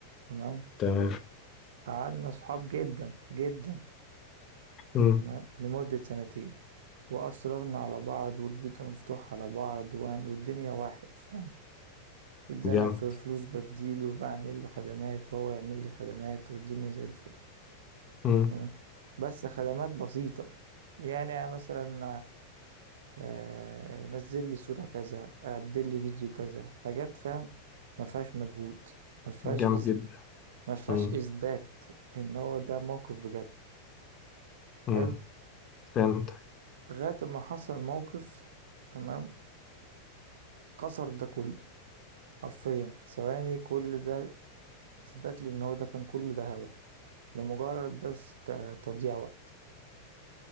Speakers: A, on the right (about 60°); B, on the left (about 30°).
A: تمام
B: تمام
A: قعدنا صحاب جدا جدا
B: مم،
A: تمام لمدة سنتين واصررنا على بعض والبيوت مفتوحة على بعض وهن- والدنيا واحد فاهم اتزنق
B: جامد
A: في فلوس بديله وبعمل له خدمات هو يعمل لي خدمات والدنيا زي الفل
B: مم،
A: تمام بس خدمات بسيطة يعني مثلا آه، نزل لي صورة كذا عدل لي فيديو كذا حاجات فاهم ما فيهاش مجهود ما فيهاش
B: جامد
A: إز...
B: جدا
A: ما فيهاش
B: مم،
A: إثبات إن هو ده موقف بجد
B: مم،
A: حلو
B: فهمتك
A: لغاية ما حصل موقف تمام كسر ده كله حرفيا في ثواني كل ده إثبات لي إن هو ده كان كل ده هوا لمجرد بس ت- تضييع وقت